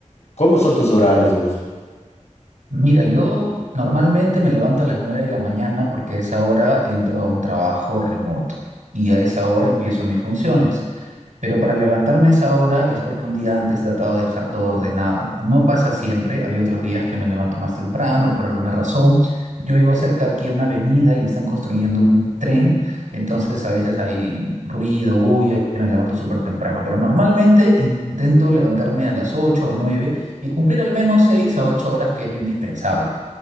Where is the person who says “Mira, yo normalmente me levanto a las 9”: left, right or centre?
Right